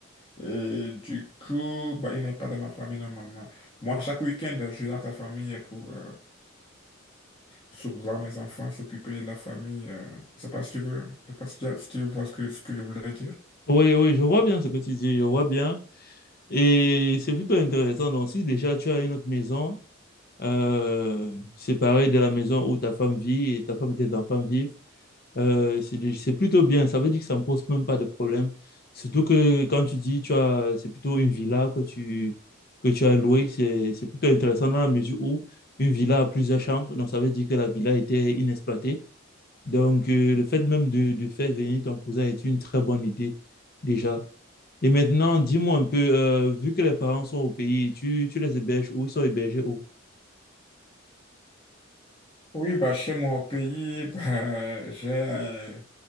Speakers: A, on the left (about 25°); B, on the left (about 50°).
A: Et du coup, bah, il n'est pas dans ma famille normalement. Moi, chaque week-end, je rentre à la famille pour, euh, se- voir mes enfants, s'occuper de la famille. euh, je sais pas si tu veux, je sais pas si tu, si tu vois ce que, ce que je voulais dire.
B: Oui, oui, je vois bien ce que tu dis, je vois bien. Et c'est plutôt intéressant. Donc, si déjà tu as une autre maison, euh, séparée de la maison où ta femme vit et ta femme et tes enfants vivent, Euh, c'est des- c'est plutôt bien. Ça veut dire que ça ne pose même pas de problème. Surtout que quand tu dis, tu as, c'est plutôt une villa que tu, que tu as louée. C'est, c'est plutôt intéressant dans la mesure où une villa a plusieurs chambres. Donc, ça veut dire que la villa était inexploitée. Donc, euh, le fait même de, de faire venir ton cousin est une très bonne idée déjà. Et maintenant, dis-moi un peu, euh, vu que les parents sont au pays, tu, tu les héberges où? Ils sont hébergés où?
A: Oui, bah, chez moi au pays, <laughs> bah, j'ai euh,